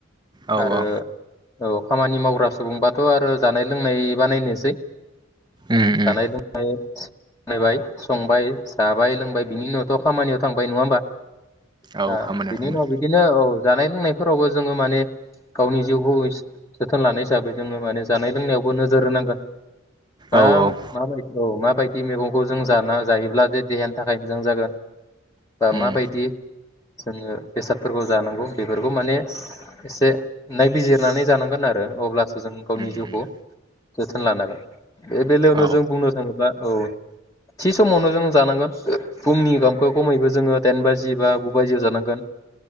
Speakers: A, on the right (about 20°); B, on the left (about 15°).
A: औ
B: आरो।
A: औ
B: औ खामानि मावग्रा सुबुंबाथ' आरो जानाय लोंनाय बानायनोसै
A: उम
B: जानाय
A: उम
B: लोंनाय नायबाय संबाय जाबाय लोंबाय बिनि उनावथ' खामानियाव थांबाय नङा होमबा?
A: औ
B: दा
A: खामानियाव
B: बिनि
A: थांबाय
B: उनाव बिदिनो औ। जानाय लोंनायफोरावबो जोङो माने गावनि जिउखौ एसे जोथोन लानाय हिसाबै जोङो माने जानाय लोंनायावबो नोजोर होनांगोन। मा
A: औ औ उम
B: माबोरै। औ मााबाय दि मैगंखौ जों जाना जायोब्ला जे देहानि थाखाय मोजां जागोन बा माबायदि
A: उम
B: जोङो बेसादफोरखौ जानांगौ बेफोरखौ माने एसे नायबिजिरनानै जानांगोन आरो अब्लासो जों गावनि
A: उम
B: जिउखौ जोथोन लानांगोन बे बेलायावनो
A: औ
B: जों बुंनो थाङोब्ला औ थि समावनो जों जानांगोन फुंनि ओंखामखौ खमैबो जोङो दाइन बाजि बा गु बाजियाव जानांगोन